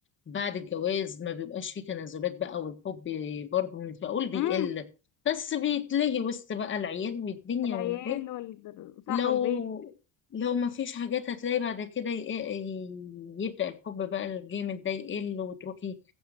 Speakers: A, on the left; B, on the left.
A: بعد الجواز ما بيبقاش فيه تنازلات بقى والحب برضه مش بقول بيقل
B: امم
A: بس بيتلهي وسط بقى العيال والدنيا
B: العيال
A: والبيت
B: وال
A: لو
B: صح والبيت
A: لو ما فيش حاجات هتلاقي بعد كده ي- ي- يبدأ الحب بقى الجامد ده يقل وتروحي